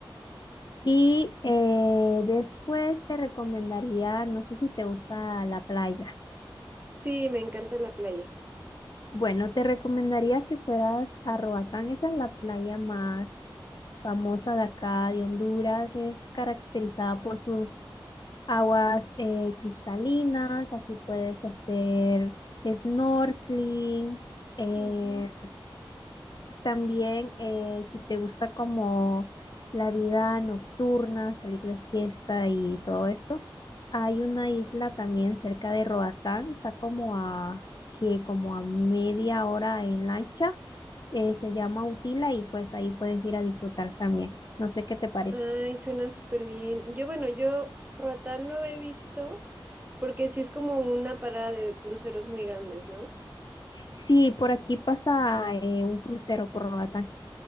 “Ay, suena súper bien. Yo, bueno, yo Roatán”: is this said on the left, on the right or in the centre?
Right